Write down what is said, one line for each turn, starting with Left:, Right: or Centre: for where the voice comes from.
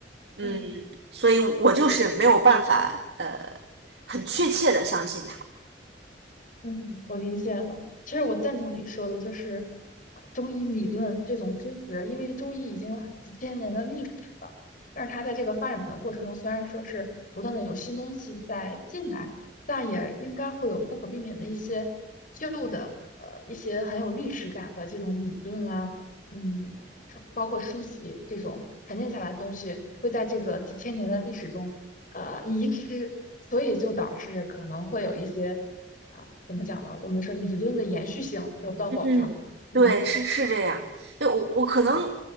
Right: 嗯，
Left: 嗯。
Right: 所以我就是没有办法，呃，很确切的相信他。
Left: 嗯，我理解了。其实我赞同你说的，就是呃中医理论这种知识，因为中医已经有很几千年的历史了，但是它在这个发展的过程中，虽然说是不断的有新东西在进来，但也应该会有不可避免的一些旧的，呃，一些很有历史感的这种理论啊，嗯，书包括书籍这种沉淀下来的东西，会在这个几千年的历史中，呃，遗失，所以就导致可能会有一些。啊、怎么讲呢？我们说理论的延续性得不到保证。
Right: 嗯，
Left: 嗯，
Right: 对，是是这样。就我我可能，
Left: 对